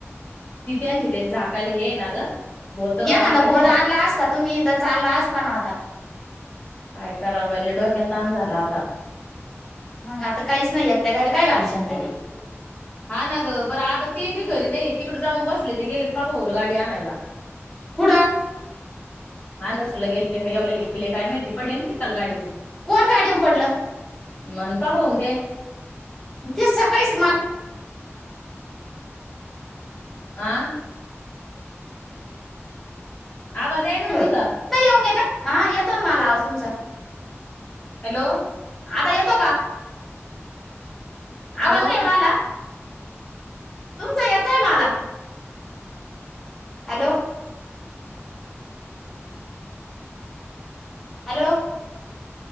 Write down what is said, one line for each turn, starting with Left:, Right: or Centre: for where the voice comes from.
Left: तिथचे आंजे ते झाकायला हे ना ग होत आपल्याकडे
Centre: एखादा भोरा
Left: नाही ना
Centre: आणला असता तुम्ही इथं चालला असताना आता
Left: काय करावं लय डोक्याला ताण झाला आता.
Centre: मग आता काहीच नाही यक त्या गाईले काय घालश ना तरी
Left: हा ना ग बरं आता ते बी घरी नाही तिकडे जाऊन बसले ते गेलेत पाक बवलं गाडी आणायला.
Centre: कुड
Left: आंध्रासुला गेले का येवलल्याला गेले काय माहिती पड कालगाडीहून
Centre: कोण गाडीवर पडलं
Left: मनपा होऊन तेे
Centre: ते सकाळीच माल
Left: आं आवाज येईना ना
Centre: बाई
Left: तुझा
Centre: येऊन घे का हा येतो ना मला आवाज तुमचा.
Left: हॅलो
Centre: आता येतो का?
Left: हॅलो
Centre: आवाज नाही एव रहायला? तुमचा येतोय मला. हॅलो हॅलो